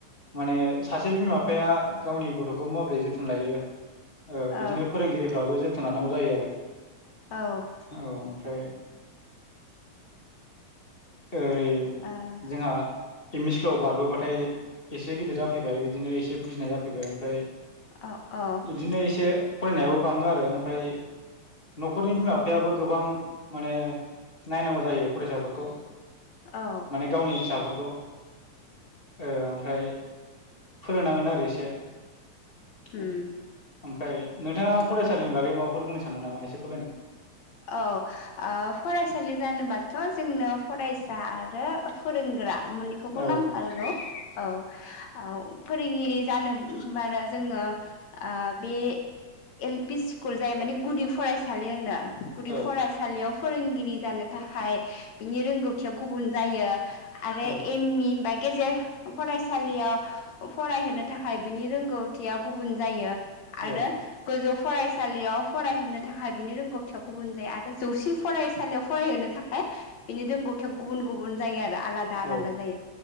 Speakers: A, on the left (about 20°); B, on the left (about 70°).
A: माने सासे बिमा बिफाया गावनि गथ'खौ माबोरै जोथोन लायो ओ
B: औ
A: बिदिनो फोरोंगिरिफ्राबो जोथोन लानांगौ जायो आरो
B: औ
A: औ आमफ्राय ओरैबो
B: औ
A: जोंहा एम इ स्कुलाव बारबोबाथाय एसे गिदिर जाफैबाय बिदिनो एसे बुजिनाय जाफैबाय आमफ्राय
B: औ
A: इदिनो एसे फरायनायाबो बाङो आरो आमफ्राय न'खरनि बिमा बिफायाबो गोबां मानि नायनांगौ जायो फरायसाफोरखौ
B: औ
A: गावनि फिसाफोरखौ ओ आमफ्राय फोरोंनांगोन आरो एसे
B: उम
A: औ आमफ्राय नोंथांआ फरायसालिनि बागै माबाफोर बुंनो सानदों नामा एसे फोरमायलाय
B: औ ओ फरायसालि जानोबाथ' जोंनो फराय फरायग्रा आरो फोरोंग्रा मोननैखौबो
A: औ
B: नांथारगौ औ औ फोरोंगिरि जानो होमबानो जोङो ओ बे एल पि स्कुल जाय माने गुदि फरायसालि होनो गुदि
A: औ
B: फरायसा सालिआव फोरोंगिरि जानो थाखाय बिनि रोंगौथिआ गुबुन जायो आरो
A: औ
B: एम इ बा गेजेर हो फरायसालिआव फरायहोनो थाखाय बिनि रोंगौथिआ गुबुन जायो आरो
A: औ
B: गोजौ फरायसालिआव फरायहोनो था थाखाय बिनि रोंगौथिआ गुबुन जायो आरो जौसिन फरायसालिआव फरायहोनो थाखाय बिनि रोंगौथिआ गुबुन गुबुन जायो आरो आलादा
A: औ
B: आलादा जायो